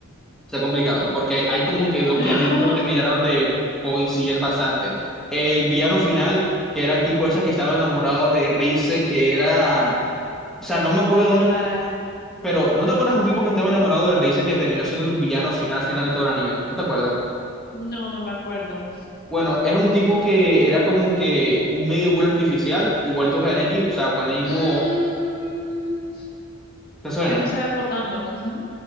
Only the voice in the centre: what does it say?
está complicado, porque hay como que dos
que a mí no me terminaron de coincidir bastante. El villano final, que era el tipo ese que estaba enamorado de Rize, que era... O sea, no me acuerdo
el nombre, pero ¿no te acuerdas de un tipo que estaba enamorado de Rize que terminó siendo el villano final final de todo el anime? ¿No te acuerdas?
Bueno, era un tipo que era como que un medio ghoul artificial, igualito que Kaneki, o sea, con el mismo...
¿Te suena?